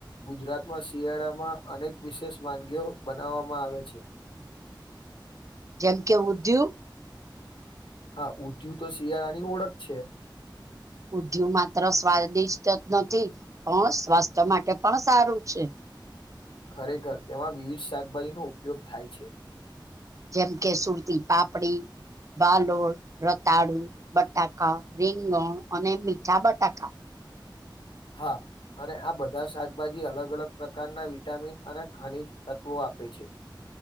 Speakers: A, on the left; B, on the right.
A: ગુજરાતમાં શિયાળામાં અનેક વિશેષ વાનગીઓ બનાવવામાં આવે છે.
B: જેમ કે ઉધ્યુ!
A: હા, ઊંઘ્યું તો શિયાળાની ઓળખ છે.
B: ઊંઘ્યું માત્ર સ્વાદિષ્ટ જ નથી પણ સ્વાસ્થ્ય માટે પણ સારું છે. <inaudible>
A: ખરેખર તેમાં વિવિધ શાકભાજીનો ઉપયોગ થાય છે.
B: જેમ કે સુરતી પાપડી, વાલોળ, રતાળુ, બટાકા, રીંગણ અને મીઠા બટાકા.
A: હા, અને આ બધા શાકભાજી અલગ અલગ પ્રકારના વિટામિન અને ખનીજ તત્વો આપ <unintelligible> આપે છે.